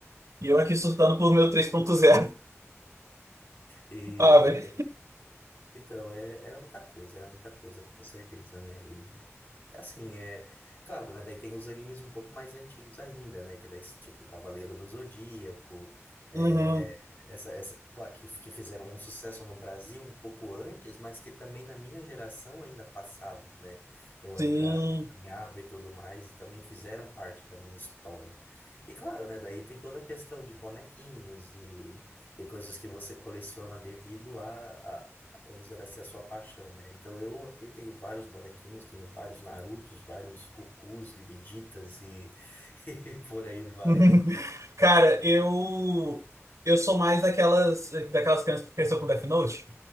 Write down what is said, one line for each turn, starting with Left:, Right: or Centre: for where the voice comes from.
Right: E eu aqui surtando por meu três ponto zero
Left: e
Right: Ah, velho.
Left: <laughs> Então, é- era muita coisa, era muita coisa, com certeza, né? E é assim, é claro, né? Daí tem os animes um pouco mais antigos ainda, né? Que daí, tipo, Cavaleiro do Zodíaco, é,
Right: Uhum.
Left: essa, essa, claro, que, que fizeram um sucesso no Brasil um pouco antes, mas que também na minha geração ainda passavam, né? Eu ainda
Right: Sim.
Left: acompanhava e tudo mais, e também fizeram parte da minha história. E claro, né? Daí tem toda a questão de bonequinhos e e coisas que você coleciona devido a usar essa é a sua paixão, né? Então eu aqui tenho vários bonequinhos, tenho vários Narutos, vários Gokus e Vegetas e, <laughs> e por aí vai.
Right: <laughs> Cara, eu eu sou mais daquelas daquelas crianças que cresceu com Death Note.